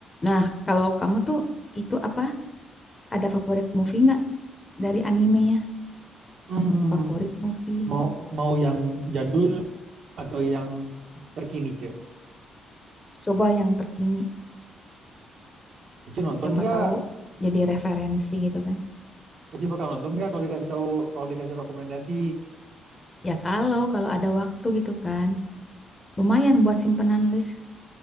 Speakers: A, on the left; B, on the right.
A: Nah, kalau kamu tuh itu apa? Ada favorit movie nggak dari animenya?
B: Hmm,
A: Favorit movie?
B: mau mau yang jadul atau yang terkini, Cek?
A: Coba yang terkini.
B: Cek nonton
A: Siapa
B: nggak?
A: tahu jadi referensi gitu kan.
B: Cek bakal nonton nggak kalau dikasih tahu kalau dikasih rekomendasi
A: Ya kalau kalau ada waktu gitu kan. Lumayan buat simpenan list